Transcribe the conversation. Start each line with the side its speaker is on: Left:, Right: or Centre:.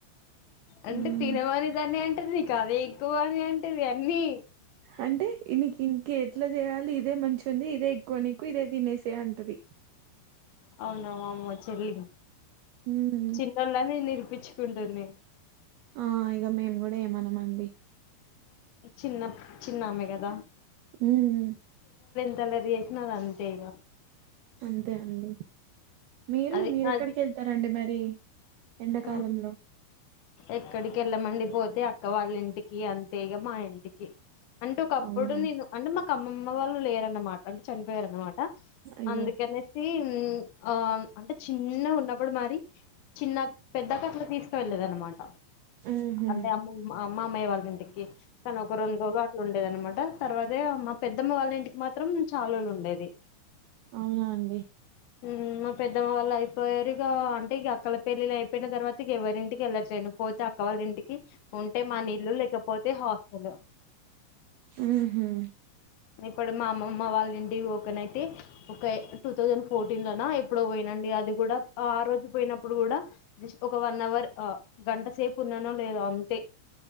Left: అంటే
Right: ఉమ్
Left: తినమనితనేఅన్ అంట నీ కదే ఎక్కువ అని అంటది అన్ని
Right: అంటే నీకు ఇంక ఎట్లా చేయాలి. ఇదే మంచిగా ఉంది ఇదే ఎక్కువ నీకు ఇదే తినేసే అంటది.
Left: అవునా వామ్మో చెల్లి
Right: ఉమ్
Left: చిన్నోళ్ళనే నీర్ ప్పించుకుంటుంది.
Right: ఆ ఇగ మేము కూడా ఏమనమండి
Left: చిన్న చిన్నామే గదా
Right: ఉమ్ ఉ
Left: ఎంత అల్లరి చేసిన అంతే ఇగ
Right: అంతే అండి మీరు
Left: అది
Right: మీరెక్కడికి
Left: అది
Right: వెళ్తారండి మరి ఎండాకాలంలో
Left: ఉమ్, ఎక్కడికి వెళ్ళమండి పోతే అక్క వాళ్ళింటికి అంతే ఇగ మా ఇంటికి అంటే ఒకప్పుడు
Right: అవునా
Left: నేను అంటే మాకు అమ్మమ్మ వాళ్ళు లేరన్నమాట అంటే చనిపోయారున్నమాట
Right: అయ్యో
Left: అందుకనేసి ఉమ్ ఆ అంటే చిన్నగా ఉన్నప్పుడు మరి చిన్న అక పెద్ద అక్క అట్లా తీసుకు వెళ్ళది అనమాట
Right: ఉమ్
Left: అంటే అమ్ము మా మామయ్య వాళ్ళ ఇంటికి తను ఒక రెండు రోజులు అట్లా ఉండేది అనమాట తర్వాతే అమ్మ పెద్దమ్మ వాళ్ళ ఇంటికి మాత్ త్రం చాల్ రోలు ఉండేది.
Right: అవునా అండి
Left: ఉమ్ మా పెద్దమ్మ వాళ్ళు అయిపోయారు ఇగ అంటే ఇగ అక్కల పెళ్లిళ్లు అయిపోయిన తర్వాత ఎవరింటికి వెళ్ళట్లేను పోతే అక్క వాళ్ళ ఇంటికి ఉంటే మన ఇల్లు లేకపోతే హాస్టలు
Right: ఉహుం
Left: ఇప్పుడు మా అమ్మమ్మ వాళ్ళ ఇంటికి పోకనైతే ఒక టూ థౌసండ్ ఫోర్టీన్ లా నా ఎప్పుడో పోయినండి అది కూడా ఆ రోజు పోయినప్పుడు కూడా జస్ట్ ఒక వన్ అవర్ గంటసేపు ఉన్నానో లేదొ అంతే